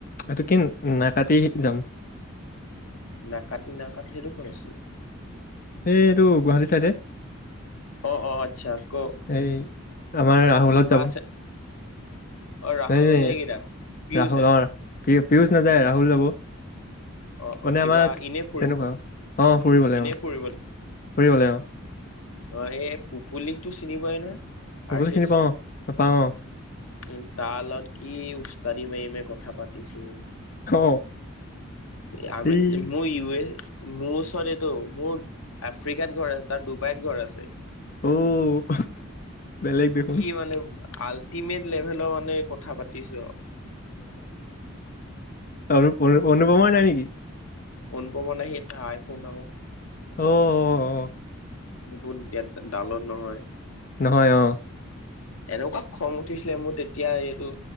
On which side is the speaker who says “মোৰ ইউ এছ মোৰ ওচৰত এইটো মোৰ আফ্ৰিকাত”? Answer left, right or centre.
Left